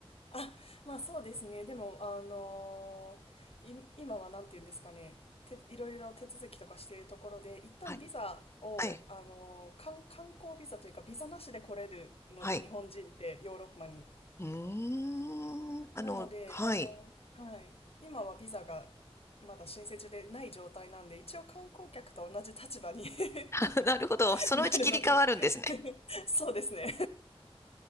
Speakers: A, on the left; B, on the left.
A: あ、まあそうですね。でも、あのーい、今はなんて言うんですかね。て、いろいろ手続きとかしているところで、一旦ビザを、
B: はい。はい。
A: あのー観観光ビザというか、ビザなしで来れるので、
B: はい。
A: 日本人ってヨーロッパに。
B: うーん。あの、
A: なので、
B: はい。
A: あの、はい。今はビザがまだ申請中でない状態なんで、一応観光客と同じ立場に
B: <laughs>
A: <laughs>
B: なるほど。そのうち切り替わるんですね。
A: なるので <laughs> そうですね。